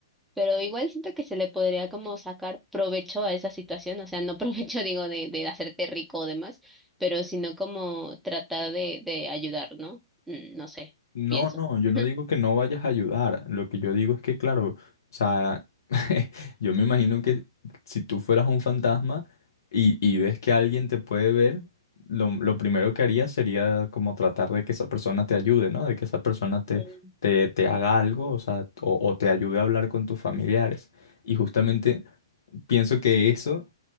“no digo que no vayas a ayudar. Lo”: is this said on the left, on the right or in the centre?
Left